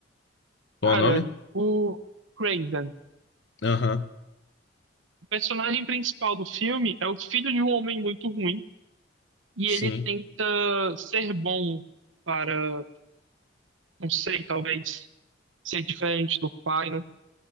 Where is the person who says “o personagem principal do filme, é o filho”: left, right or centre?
Right